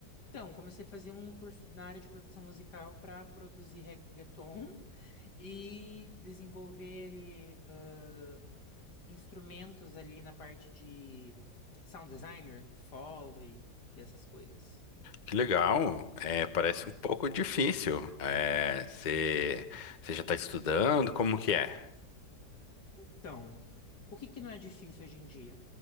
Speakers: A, on the left (about 75°); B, on the left (about 30°).
A: Então, comecei a fazer um curso na área de produção musical para produzir reggaeton <laughs> e desenvolver ah, instrumentos ali na parte de sound designer, Foley e essas coisas.
B: Que legal. É, parece
A: Aham.
B: um pouco difícil. É, você, você já está estudando? Como que é?
A: Então, o que que não é difícil hoje em dia?